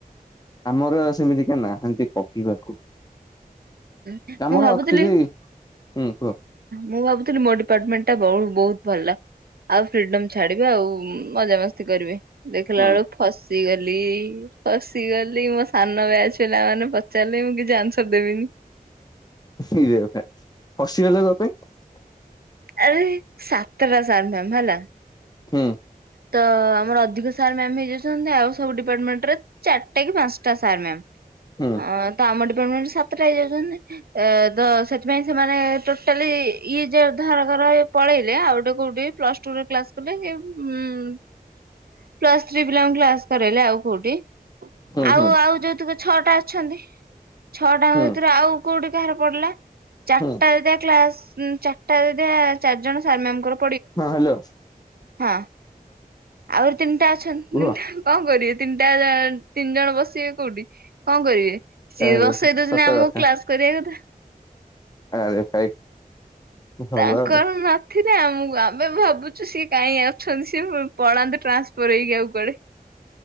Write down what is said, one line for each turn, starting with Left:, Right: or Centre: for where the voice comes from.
Left: ଆମର ସେମିତି କେଇ ନାହାନ୍ତି। କହିବାକୁ।
Right: ଉଁ
Left: ଆମର
Right: ମୁଁ ଭାବୁଥିଲି
Left: ଆକ୍ଚୁଆଲି ହୁଁ କୁହ
Right: ମୁଁ ଭାବୁଥିଲି ମୋ ଡିପଟମେଣ୍ଟ ଟା ବହୁତ ଭଲ ଆଉ ଫ୍ରିଡମ ଛାଡିବେ ଆଉ ମଜାମସ୍ତି କରିବେ। ଦେଖିଲା
Left: ହୁଁ
Right: ବେଳକୁ ଫସିଗଲି। ପସିଗଲି ମୋ ସାନ ବ୍ୟାଚ୍ ପିଲାମାନେ ପଚାରିଲେ ମୁଁ କିଛି ଆନ୍ସର ଦେବିନି।
Left: ଇରେ ଭାଇ ଫସି ଗଲ କଣ ପାଇଁ। ହ
Right: ଆରେ ସାତଟା ସାର ମ୍ୟାମ ହେଲା।
Left: ହୁଁ
Right: ତ ଆମର ଅଧିକ ସାର୍ ମ୍ୟାମ ହେଇଯାଉଛନ୍ତି ଆଉ। ଡିପାର୍ମେଣ୍ଟ ଚାରିଟା କି ପାଞ୍ଚଟା ସାର୍ ମ୍ୟାମ୍।
Left: ହୁଁ
Right: ହ ତ ଆମ ଡିପାର୍ଟମେଣ୍ଟ ସାତଟା ହେଇଯାଉଛନ୍ତି ଏ। ତ ସେଥିପାଇଁ ସେମାନେ ଟୋଟାଲି ଇଏ ଯା ଧାର ଧାର ପଳେଇଲେ ଆଉ ଗୋଟେ କୋଉଠି ପ୍ଲସ୍ ଟୁରେ କ୍ଲାସ୍ କଲେ। ଉଁ ପ୍ଲସ ଥ୍ରୀ ପିଲା ଙ୍କୁ କ୍ଲାସ କରାଇଲେ ଆଉ କୋଉଠି
Left: ହୁଁ
Right: ଆଉ
Left: ହୁଁ
Right: ଆଉ ଯୋଉତୁକ ଛଅଟା ଅଛନ୍ତି ଛଅଟାଙ୍କ
Left: ହୁଁ
Right: ଭିତରୁ ଆଉ କୋଉଠି କାହାର ପଡିଲା ଚାରିଟା
Left: ହୁଁ
Right: ଯଦି ଆଉ କ୍ଲାସ ଚାରିଟା ଯଦି ଚାରି ଜଣ ସାର୍ ମ୍ୟାମ ଙ୍କର।
Left: ହଁ ହାଲୋ।
Right: ହଁ ଆହୁରି ତିନିଟା ଅଛନ୍ତି
Left: କୁହ
Right: ତିନିଟା ଯାଙ୍କ କଣ କରିବେ। ତିନିଟା ଜା ତିନଜଣ ବସିବେ କୋଉଠି କଣ କରିବେ। ସିଏ
Left: ଆରେ
Right: ବସେଇଇ ଦୋଉଚନ୍ତି
Left: ସତ
Right: ଆମକୁ
Left: କଥା
Right: କ୍ଲାସ କରିବା କଥା।
Left: ଆରେ ଭାଇ। ଭଲ
Right: ତାଙ୍କର
Left: ଆଉ
Right: ନଥିଲେ ଆମକୁ ଆ ଆମେ ଭାବୁଚୁ ସିଏ କାଇଁ ଅଛନ୍ତି ସିଏ ପଳାନ୍ତେ ଟ୍ରାନ୍ସଫୋର ହେଇକି ଆଉ କୁଆଡେ।